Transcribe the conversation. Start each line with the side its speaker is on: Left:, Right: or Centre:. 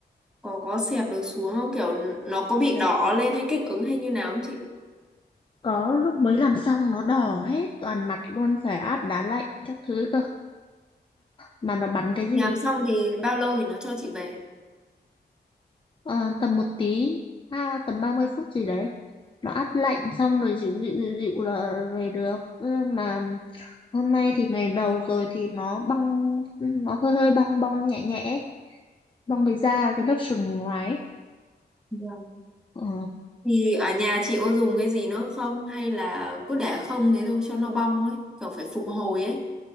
Centre: có có xẹp được xuống không? Kiểu nó có bị đỏ lên hay kích ứng hay như nào không chị?
Left: có lúc mới làm xong nó đỏ hết toàn mặt luôn phải áp đá lạnh các thứ cơ mà nó bắn cái
Centre: Làm
Left: gì
Centre: xong
Left: ấy,
Centre: thì bao lâu thì nó cho chị về?
Left: ờ, tầm một tí à, tầm 30 phút gì đấy nó áp lạnh xong rồi dịu dịu dịu dịu là về được Ơ, mà hôm nay thì ngày đầu rồi thì nó bong nó hơi hơi bong bong nhẹ nhẹ ấy. bong cái da cái lớp sừng ngoài ấy.
Centre: Vâng.
Left: ừ.
Centre: Thì ở nhà chị có dùng cái gì nữa không? Hay là cứ để không thế thôi cho nó bong ấy, kiểu phải phục hồi ấy.